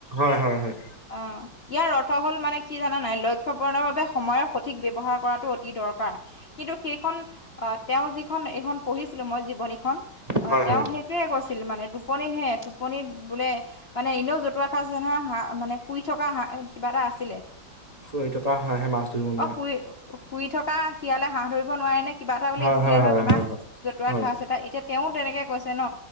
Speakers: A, on the right; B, on the left.
A: হয় হয় হয়
B: অ ইয়াৰ অৰ্থ হল মানে কি জানা নাই লক্ষ্য পূৰণৰ বাবে সময়ৰ সঠিক ব্যৱহাৰ কৰাটো অতি দৰকাৰ কিন্তু সেইখন আহ তেওঁ যিখন এইখন পঢ়িছিলো মই জীৱনীখন আহ
A: হয়
B: তেওঁ
A: হয়
B: সেই টোৱে কৈছিল মানে টোপনি হে টোপন বোলে মানে এনেও জতুৱা ঠাঁচ আছে নহয় হা মানে শুই থকা হা এ কিবা এটা আছিলে
A: শুই থকা হাঁহে মাছ ধৰিব নোৱাৰে
B: অ শুই শুই থকা শিয়ালে হাঁহ ধৰিব নোৱাৰে নে কিবা এটা বুলি
A: হয়
B: আছিলে
A: হয়
B: নহয়
A: হয়
B: তোমাক
A: হয়
B: জতুৱা
A: হয়
B: ঠাঁচ এটা এতিয়া তেওঁ তেনেকে কৈছে ন